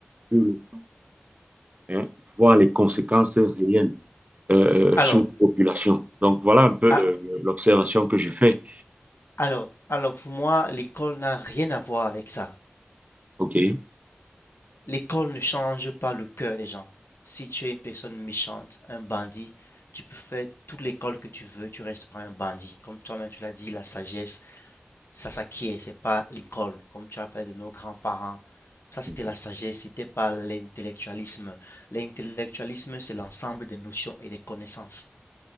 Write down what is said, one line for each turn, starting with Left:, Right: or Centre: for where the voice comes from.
Right: euh, hein, voir les conséquences réelles euh,
Left: Alors,
Right: euh, sur la population. Donc, voilà un peu
Left: ah,
Right: le- le- l'observation que je fais.
Left: alors, alors, pour moi, l'école n'a rien à voir avec ça.
Right: OK.
Left: L'école ne change pas le cœur des gens. Si tu es une personne méchante, un bandit, tu peux faire toute l'école que tu veux, tu resteras un bandit. Comme toi-même, tu l'as dit, la sagesse. Ça s'acquiert, c'est pas l'école, comme tu appelles de nos grands-parents. Ça, c'était
Right: Mhm.
Left: la sagesse, c'était pas l'intellectualisme. L'intellectualisme, c'est l'ensemble des notions et des connaissances.